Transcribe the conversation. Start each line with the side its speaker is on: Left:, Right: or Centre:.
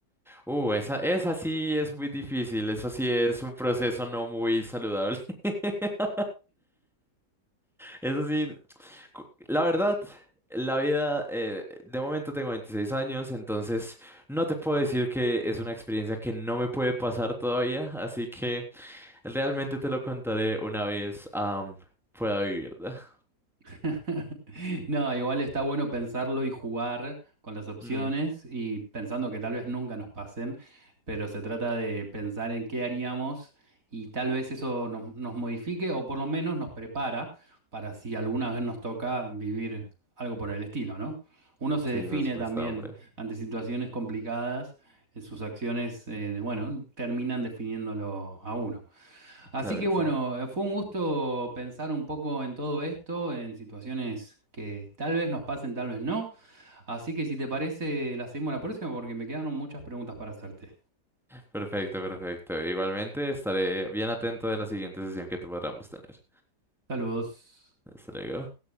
Centre: Uh, esa, esa sí es muy difícil, eso sí es un proceso no muy saludable. <laughs> Eso sí, cu- la verdad, la vida, eh, de momento tengo 26 años, entonces no te puedo decir que es una experiencia que no me puede pasar todavía, así que... Realmente te lo contaré una vez am, pueda vivir, ¿verdad?
Right: <laughs> <laughs> No, igual está bueno pensarlo y jugar con las opciones
Centre: Mm,
Right: y pensando que tal vez nunca nos pasen, pero se trata de pensar en qué haríamos y tal vez eso nos, nos modifique o por lo menos nos prepara para si alguna vez nos toca vivir algo por el estilo, ¿no? Uno se
Centre: sí,
Right: define
Centre: por supuesto,
Right: también
Centre: hombre.
Right: ante situaciones complicadas, eh, sus acciones, eh, bueno, terminan definiéndolo a uno. Así
Centre: Claro
Right: que
Centre: que
Right: bueno,
Centre: sí.
Right: eh, fue un gusto pensar un poco en todo esto, en situaciones que tal vez nos pasen, tal vez no. Así que si te parece, la seguimos la próxima porque me quedaron muchas preguntas para hacerte.
Centre: Perfecto, perfecto. Igualmente estaré bien atento de la siguiente sesión que podamos tener.
Right: Saludos.
Centre: Hasta luego.